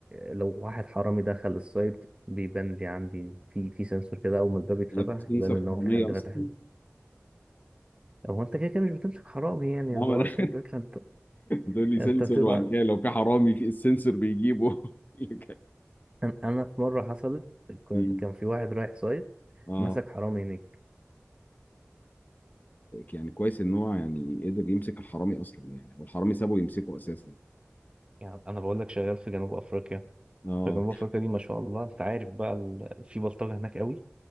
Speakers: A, on the right (about 20°); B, on the left (about 40°).
A: لو واحد حرامي دخل السايت بيبان لي عندي في في سنسور كده اول ما الباب يتفتح
B: ده في سنسور
A: يبان ان
B: حرامية
A: هو في حد
B: اصلا
A: فتح له هو انت كده كده مش بتمسك حرامي يعني
B: اه
A: اللي
B: ما
A: هو
B: انا
A: انت
B: <laughs>
A: الفكره انت
B: تقول لي
A: انت
B: سنسور
A: بتبقى
B: وبعد كده لو في حرامي في السنسور بيجيبه <laughs>
A: أن- انا في مره حصلت كان
B: أمم.
A: كان في واحد رايح سايت
B: اه
A: مسك حرامي هناك
B: يعني كويس ان هو يعني قدر يمسك الحرامي اصلا يعني والحرامي سابه يمسكه اساسا
A: يعني انا بقول لك شغال في جنوب افريقيا
B: اه
A: فجنوب افريقيا دي ما شاء الله انت عارف بقى ال... في بلطجه هناك قوي